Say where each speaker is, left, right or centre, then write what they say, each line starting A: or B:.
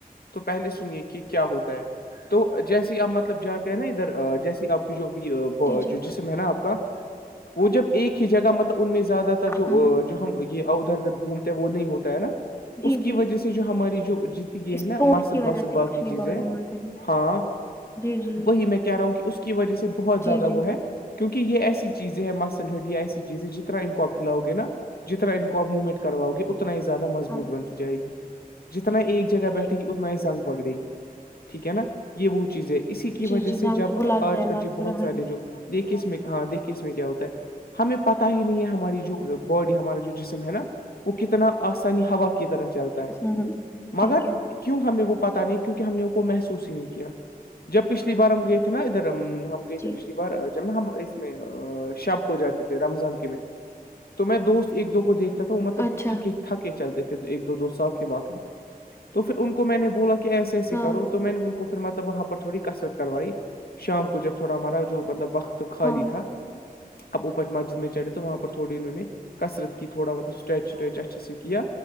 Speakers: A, on the left; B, on the left.
A: تو پہلے سنیے کہ کیا ہوتا ہے تو جیسے آپ مطلب جات نا ادھر جیسی آپ کی جو ابھی جو
B: جی جی
A: جسم ہے نا آپ کا وہ جب ایک ہی جگہ مطلب ان میں زیادہ تر جو
B: ہوں
A: جو ہم یہ دھر گھومتا ہے وہ نہیں ہوتا ہے نا
B: جی
A: اس کی
B: جی
A: وجہ سے جو ہماری جو جت یہ
B: اس
A: ہے نا
B: فون
A: مسل
B: کی وجہ
A: وسل باقی
B: سے اٹھ نہیں
A: چیزیں
B: پا رہی ہوں میں کہیں
A: ہاں
B: جی جی
A: وہی میں کہہ رہا ہوں کہ اس کی وجہ سے بہت زیادہ
B: جی جی
A: وہ ہے کیونکہ یہ ایسی چیزیں ہے مسل ہڈ یا ایسی چیزیں جتنا ان کوپ پھیلاؤ گے نا جتنا ان کو اب موومٹ کروؤے اتنا ہییادہ مضبوط
B: ہاں
A: بنتا جائے گی جتنا ایک جگہ بیٹھے گی اتنا ہی زنگ پکڑے گی ٹھیک ہے نا یہ، وہ چیز ہے اسی کی وجہ
B: جی جی جان
A: سے جب
B: تو وہ لگ
A: آج
B: گیا
A: کل
B: لگ
A: ج بہت
B: رہا
A: سارے
B: ہے
A: جو- دیکے اس میں ہاں دیک کے اس میں کیا ہوتا ہے ہمیں پت ہی نہیں ہے ہماری جو باڈی ہمارا جو جسم- ہے نا وہ کتنا آسانی ہوا کی طرح چلتا ہے
B: ہوں
A: مگر-
B: جی جی
A: کیوں ہمیں وہ پت نہیں کیونکہ ہم نے کو محسوس ہی نہیں کیا جب پچھلی بار ہم گئے تھے نا ادھر ا- ہم گئے تھے
B: جی
A: پچھلی بار- ج ہم اس میں شب کو جاتے تھے رمضان کی میں تو میں دوست ایک دو کو دیکھ- تھا وہ مطلب
B: اچھا
A: تھک تھکے چلتے تھے ایک دو دو سال کے واقع میں تو پھر ان کو میں نے بولا کہ- کہ ایسے ایسے
B: ہاں
A: کرو تو میں نے ان کو پھر مطلب وہاں پر تھوڑی کثرت کروائی شام کو جب تھوڑا ہمارا جو مطلب وقت تو خالی
B: ہاں
A: تھا اب اوپر مسجد میں چڑھے تو وہاں پر تھوڑی انہوں نے کثرت کہ تھوڑا مطلب اسٹریچ اسٹریچا س سےک